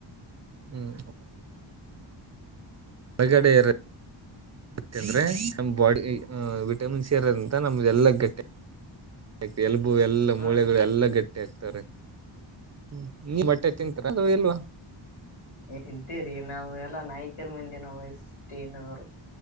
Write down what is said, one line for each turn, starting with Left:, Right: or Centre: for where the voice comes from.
Right: ಹ್ಮ್ ಹೊಳಗಡೆಯರು ಮತ್ತೆ ಅಂದ್ರೆ ನಮ್ಮ ಬಾಡಿ ವಿಟಮಿನ್ ಸಿ ಇರೋದಂತ ನಮ್ದ ಎಲ್ಲ ಗಟ್ಟೆ ಯಾ ಎಲ್ಬೂ ಎಲ್ಲಾ
Left: ಹಾ
Right: ಮೂಳೆಗಳು ಎಲ್ಲಾ ಗಟ್ಟಿ ಹಾಕ್ತಾರೆ ್ಮ ನೀ ಬಟ್ಟೆ ತಿಂತರ ಅ ಇಲ್ವಾ
Left: ತಿಂತೇರಿ ನಾವ ಎಲ್ಲಾ ನಾಯ್ಕರ ಮುಂದೆ ನ ವಯಸ್ಸಟನವರು